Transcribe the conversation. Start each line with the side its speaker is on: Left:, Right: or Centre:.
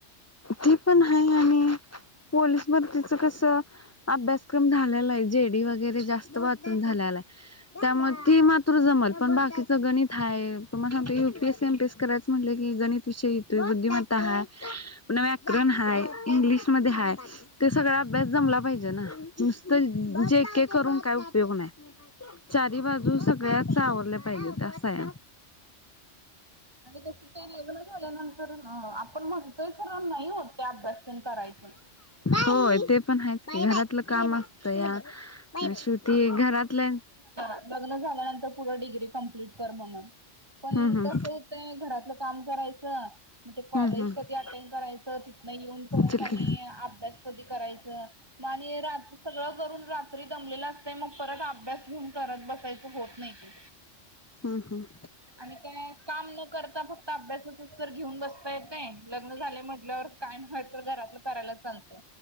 Left: ती पण आहे आणि पोलीस भरती चा कसं अभ्यासक्रम झालेला आहे जे डी वगैरे जास्त वाचून झालेला आहे. त्यामुळे ती मात्र जमल पण बाकीचं गणित थाय तुम्हा सांगतोय U P S C M P S करायचं म्हटलं की गणित विषये बुद्धिमत्ता हाय. पुन्हा व्याकरण हाय इंग्लिशमध्ये हाय ते सगळा अभ्यास जमला पाहिजे ना. नुसतं जे के करून काय उपयोग नाही चारी बाजू सगळ्याच सावरल्या पाहिजे तसं हाय.
Right: आणि तसं ते लग्न झाल्यानंतर आपण म्हणतोय करण नाही होत त्या अभ्यास. तेन करायचं.
Left: होय ते पण हायच की घरातलं कामं तया आन शेवटी घरातल्या
Right: हा लग्न झाल्यानंतर पुढे डिग्री कंप्लीट कर म्हणून पण
Left: हम्म हम्म
Right: कसं ते घरातलं काम करायचं. ते कॉलेज
Left: हम्म हम्म
Right: कधी अटेंड करायचं तिथन येऊन परत
Left: चल
Right: आणि
Left: की
Right: अभ्यास कधी करायच नाणी सगळं करून रात्री दमलेलं असतय मग परत अभ्यास घेऊन करत बसायचं होत नाही ते.
Left: अ हं
Right: आणि काय काम न करता फक्त अभ्यासाचच तर घेऊन बसता येत नाय लग्न झाले म्हटल्यावर. काय न हाय तर घरातलं करायला चालतं